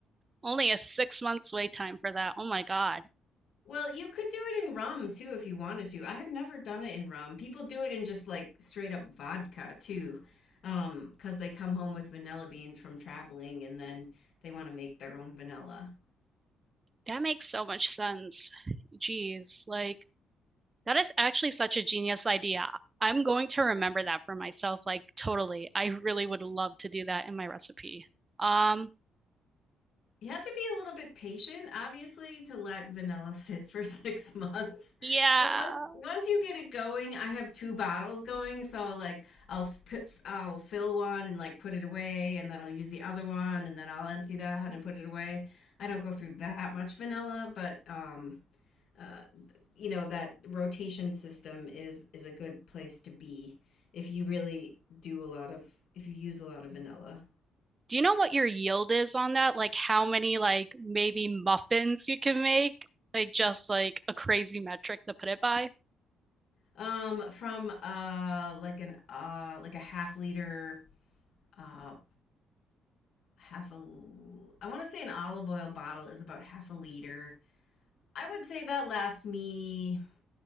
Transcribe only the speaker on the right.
Only a six months wait time for that. Oh my God.
That makes so much sense. Jeez, like that is actually such a genius idea. I'm going to remember that for myself, like totally. I really would love to do that in my recipe. Um,
yeah.
Do you know what your yield is on that? Like how many like maybe muffins you can make? Like just like a crazy metric to put it by?